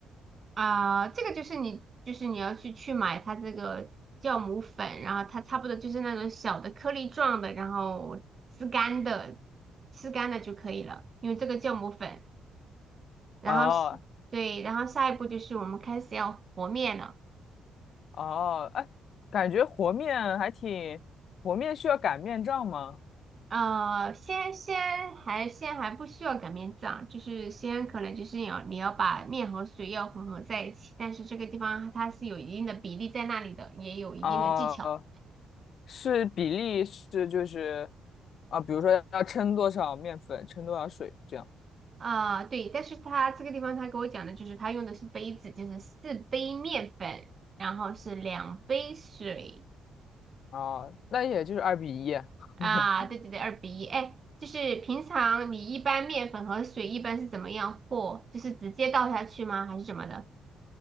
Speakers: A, on the right (about 40°); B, on the left (about 60°).
A: 啊、这个就是你，就是你要去去买它这个酵母粉，然后它差不多就是那种小的颗粒状的，然后吃干的，吃干的就可以了，因为这个酵母粉。然后是对，
B: 哦
A: 然后下一步就是我们开始要和面了。
B: 哦，哎，感觉和面还挺，和面需要擀面杖吗？
A: 呃，先先还先还不需要擀面杖，就是先可能就是你要你要把面和水要混合在一起，但是这个地方它是有一定的比例在那里的，也有一定的技巧。
B: 哦，是比例是就是啊，比如说要称多少面粉，称多少水这样。
A: 啊，对，但是他这个地方他给我讲的就是他用的是杯子，就是四杯面粉，然后是两杯水
B: 哦，那也就是二比一。
A: 啊，
B: <laughs>
A: 对对对，二比一。哎，就是平常你一般面粉和水一般是怎么样和？就是直接倒下去吗？还是怎么的？